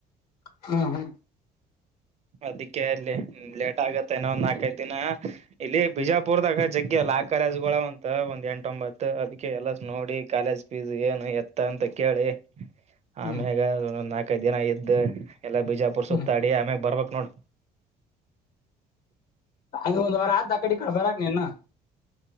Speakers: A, on the left (about 65°); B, on the right (about 40°).
A: ಹಾ ಹಾ
B: ಅದಕ್ಕೆ ಅಲ್ಲಿ ಲೇಟ್ ಆಗತ್ತೆ ಇನ ಒಂದ್ ನಾಲ್ಕೈದ ದಿನ. ಇಲ್ಲಿ ಬಿಜಾಪುರ್ದಾಗ ಜಗ್ಗೆ ಎಲ್ಲಲಾ ಕರಜ್ಗಳ ಅಂತ ಒಂದ್ ಎಂಟೊಂಬತ್ತುತ್ ಅದಕ್ಕೆ ಎಲ್ಲ ನೋಡಿ. ಕಾಲೇಜ್ ಫೀಸ್ ಏನು ಎತ್ತ ಅಂತ ಕೇಳಿ
A: ಹ್ಮ್
B: ಆಮ್ಯಾಗ ಒಂದ ನಾಲ್ಕ್. ನಾಲ್ಕೈದು ದಿನ ಇದ್ದ್ ಎಲ್ಲಾ ಬಿಜಾಪುರ್ ಸುತ್ತ
A: ಹ್ಮ್
B: ಅಡಿ ಆಮ್ಯಾಗ ಬರ್ಬಕ್ ನೋಡ.
A: ಹಂಗ ಒಂದ್ ವಾರ ಆದ ಅಕಡಿ ಕ ಬರ ನೀನು.